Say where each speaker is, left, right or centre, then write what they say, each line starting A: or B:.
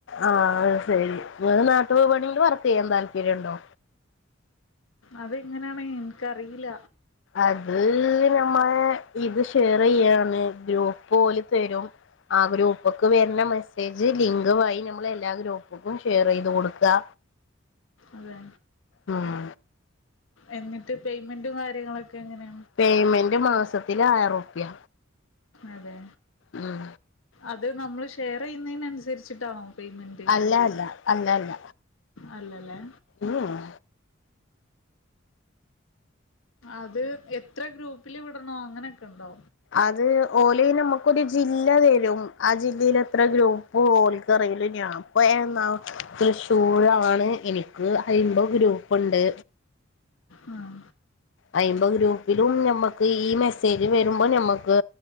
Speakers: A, on the left; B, on the left.
A: ആഹ് അത് ശരി നാട്ടുവിപണിയില് വർക്ക് ചെയ്യാൻ താല്പര്യം ഒണ്ടോ?
B: അതെങ്ങനെ ആണ് എനിക്കറിയില്ല
A: അത് നമ്മ ഇത് ഷെയറ് ചെയ്യാണ് ഗ്രൂപ്പ് പോലെ തരും ആ ഗ്രൂപ്പക്ക് വരുന്ന മെസ്സേജ് ലിങ്ക് വഴി നമ്മള് എല്ലാ ഗ്രൂപ്പുക്കും ഷെയറ് ചെയ്ത് കൊടുക്കാ
B: അതെ
A: ഉം
B: എന്നിട്ട് പെയ്മെന്റും കാര്യങ്ങളൊക്കെ എങ്ങെനാ?
A: പെയ്മെന്റ് മാസത്തില് ആയിര്പ്യ
B: അതെ
A: ഉം
B: അത് നമ്മൾ ഷെയറ് ചെയ്യുന്നതിനനുസരിച്ചിട്ടാണോ പെയ്മെന്റ്
A: അല്ല അല്ല അല്ല അല്ല
B: അല്ലല്ലേ?
A: ഉം
B: അത് എത്ര ഗ്രൂപ്പില് വിടണം അങ്ങനൊക്കെ ഒണ്ടോ?
A: അത് ഓല് നമുക്കൊരു ജില്ല ആ ജില്ലേല് എത്ര ഗ്രൂപ്പ് പോലിക്കറില്ല <unintelligible> ഞാൻപ്പാ തൃശ്ശൂർ ആണ് എനിക്ക് അയിന്റെ ഗ്രൂപ്പുണ്ട്
B: ഉം
A: അയിൻ്റെ ഗ്രൂ ഒരിക്കലും ഞമ്മക്ക് ഈ മെസ്സേജ് വരുമ്പോൾ ഞമ്മക്ക്